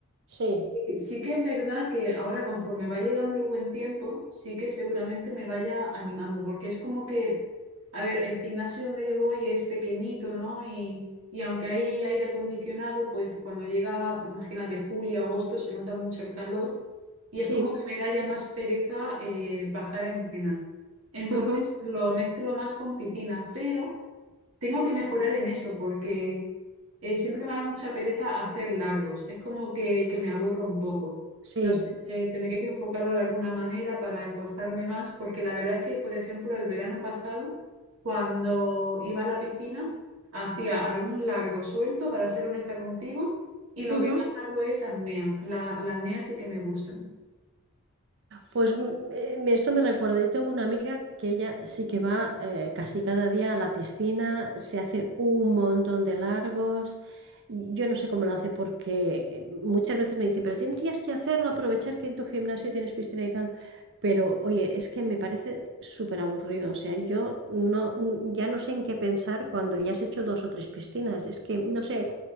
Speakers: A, on the right; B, on the right.
A: Sí,
B: Sí sí que es verdad que ahora conforme va llegando el buen tiempo, sí que seguramente me vaya animando, porque es como que, a ver, el gimnasio donde yo voy es pequeñito, ¿no? Y, y aunque hay aire acondicionado, pues cuando llega, imagínate, julio, agosto, se nota mucho el calor y
A: sí,
B: es como que me da ya más pereza eh, bajar a entrenar. Entonces
A: <laughs> ujú,
B: lo mezclo más con piscina, pero... Tengo que mejorar en eso porque eh, siempre me da mucha pereza hacer largos. Es como que, que me aburro un poco.
A: sí.
B: No sé, eh, tendré que enfocarlo de alguna manera para esforzarme más porque la verdad es que, por ejemplo, el verano pasado, cuando iba a la piscina, hacía algún largo suelto, para ser honesta contigo, y lo
A: ujú.
B: que más hago es apnea. La, la apnea sí que me gusta.
A: Pues mm, eh, me- esto me recuerda, yo tengo una amiga que ella sí que va eh, casi cada día a la piscina, se hace un montón de largos. y Yo no sé cómo lo hace porque eh, muchas veces me dice, pero tendrías que hacerlo, aprovechar que en tu gimnasio tienes piscina y tal. Pero oye, es que me parece súper aburrido. O sea, yo no, n- ya no sé en qué pensar cuando ya has hecho dos o tres piscinas. Es que, no sé,